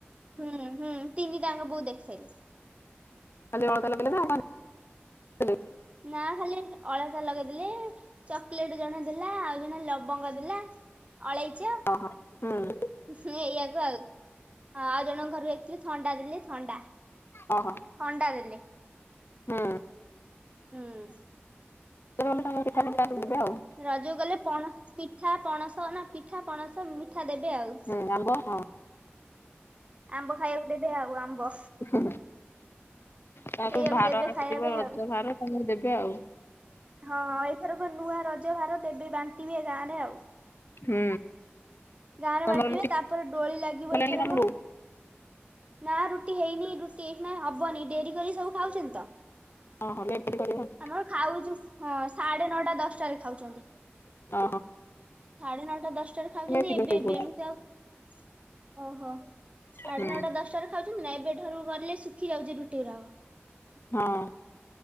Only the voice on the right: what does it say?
ହୁଁ ହୁଁ ତିନିଟାଙ୍କ ବୋଉ ଦେଖିସାଇଲି।
ନା ଖାଲି ଅଳତା ଲଗେଇଦଲେ ଚକୋଲେଟ୍ ଜଣେ ଦେଲା ଆଉ ଜଣ ଲବଙ୍ଗ ଦେଲା। ଅଳେଇଚ
ହୁ ଏଇଆକୁ ଆଉ ଆଉ ଜଣ ଘରକୁ ଯାଇଥିଲୁ ଥଣ୍ଡା ଦେଲେ ଥଣ୍ଡା।
ଥଣ୍ଡା ଦେଲେ
ହୁଁ।
ରଜକୁ ଗଲେ ପଣ ପିଠା ପଣସ ନା ପିଠା ପଣସ ମିଠା ଦେବେ ଆଉ।
ଆମ୍ବ ଖାଇବାକୁ ଦେବେ ଆଉ ଆମ୍ବ।
ଏଇଆକୁ
ଦେବେ
ଖାଇବା ପାଇଁ
ଆଉ।
ହଁ ଏଥରକ ନୂଆ ରଜ ଭାର ଦେବେ ବାଣ୍ଟିବେ ଗାଁରେ ଆଉ।
ଗାଁରେ
ବାଣ୍ତିବେ
ତାପରେ ଡୋଳି ଲାଗିବ
ଏଥରକ।
ନା ରୁଟି ହେଇନି ରୁଟି ଏଇଖିନା ହବନି ଡେରି କରିକି ସବୁ ଖାଉଛନ୍ତିତ।
ଆମର ଖାଉଚୁ ହଁ ସାଢେ ନଅଟା ଦଶଟାରେ ଖାଉଛନ୍ତି।
ସାଢେ ନଅଟା ଦଶଟାରେ ଖାଉ
ଓହୋ ସାଢେ
ନଅଟା ଦଶ ଟାରେ ଖାଉଚନ୍ତି ନା ଏବେ ଠାରୁ କଲେ ଶୁଖି ଯାଉଚି ରୁଟି ଗୁାଡାକ।